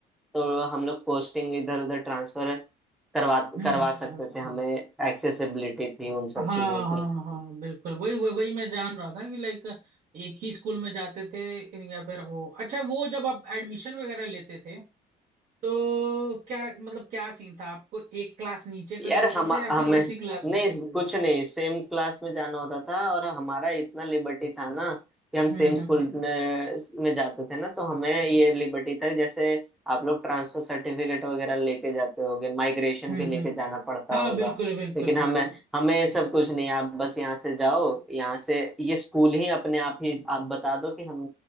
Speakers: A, in the centre; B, on the right (about 50°).
A: तो हम लोग पोस्टिंग इधर उधर ट्रांसफर करवा
B: हम्म
A: करवा
B: हम्म,
A: सकते थे हमें
B: हम्म।
A: एक्सेसिबिलिटी थी उन
B: हाँ
A: सब
B: हाँ
A: चीजों की
B: हाँ बिल्कुल वही वही वही मैं जान रहा था कि लाइक एक ही स्कूल में जाते थे या फिर वो अच्छा वो जब आप एडमिशन वगैरह लेते थे तो क्या मतलब क्या सीन था आपको एक क्लास नीचे कर
A: यार
B: देते
A: हम
B: थे या
A: हमें
B: फिर उसी क्लास
A: नहीं
B: में लेते
A: कुछ
B: थे
A: नहीं सेम क्लास में जाना होता था और हमारा इतना लिबर्टी था ना कि हम सेम
B: हम्म
A: स्कूल
B: हम्म हम्म
A: में में जाते थे ना तो हमें ये लिबर्टी था जैसे आप लोग ट्रांसफर सर्टिफिकेट वगैरह लेके जाते होगे माइग्रेशन
B: हम्म
A: भी लेके
B: हम्म।
A: जाना पड़ता
B: हाँ
A: होगा
B: बिल्कुल बिल्कुल
A: लेकिन
B: हाँ
A: हमें
B: हाँ
A: हमें ये सब कुछ नहीं आप बस यहाँ से जाओ यहाँ से ये स्कूल ही अपने आप ही आप बता दो कि हम